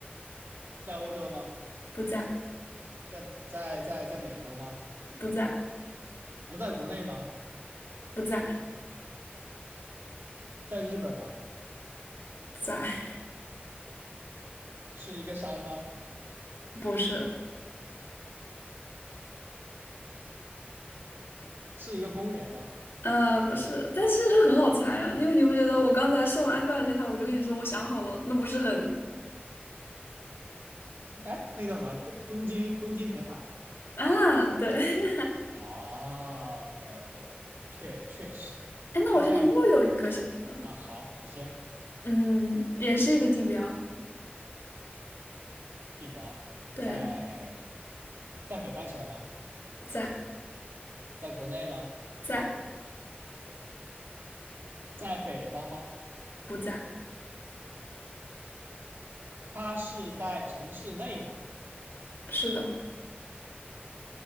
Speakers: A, on the right; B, on the left.
A: 在欧洲吗？
B: 不在，
A: 在在在在美洲吗？
B: 不在，
A: 不在国内吗？
B: 不在，
A: 在日本吗？
B: 在，
A: 是一个山吗？
B: 不是，
A: 是一个公园吗？
B: 呃，不是，但其实这很好猜啊，因为你不觉得我刚才说完埃菲尔铁塔，我就跟你说我想好了，那不是很
A: 哎，那个叫什么？东东京东京铁塔
B: 啊？对，<laughs>
A: 哦 o k OK，确确实。
B: 哎，那我现在又有一个想法了，
A: 那这样吧，啊啊，好，你先。
B: 嗯，也是一个地标，
A: 地表在
B: 对，
A: 在北半球吗？
B: 在，
A: 在国内吗？
B: 在，
A: 在北方吗？
B: 不在，
A: 它是在城市内吗？
B: 是的，